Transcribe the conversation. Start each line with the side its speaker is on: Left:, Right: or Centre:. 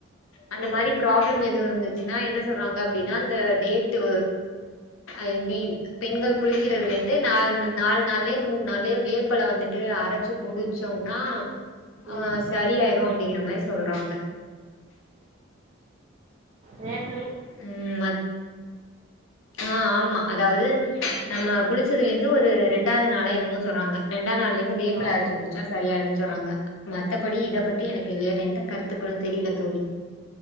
Left: அந்த மாரி ப்ராப்ளம் எதுவு இருந்துச்சுன்னா என்ன சொல்றாங்க அப்டின்னா அந்த டேட்டூ ஐ மீன் பெண்கள் குளிக்கிறதுல இருந்து நால் நால் நாள்லயோ மூன் நாள்லயோ வேப்பல வந்துட்டு அரைச்சு குடுத் ச்சோம்னா ஆஹ்
Right: ம்
Left: சரியாயிரு அப்டிங்கிற மாரி சொல்றாங்க
Right: ரேப்
Left: உம் ம ஆ ஆமா அதாவது நம்ம குளிச்சதுல இருந்து ஒரு ரெண்டாவது நாளோ என்னமோ சொல்றாங்க ரெண்டாம் நாள் ந்து வேப்பல
Right: ஆ
Left: அரச்சு குடிச்சா சரியன்னு சொல்றாங்க மத்தபடி இத
Right: ம்
Left: பத்தி எனக்கு வேற எந்த கத்துக்கள்ள தெரில தோழி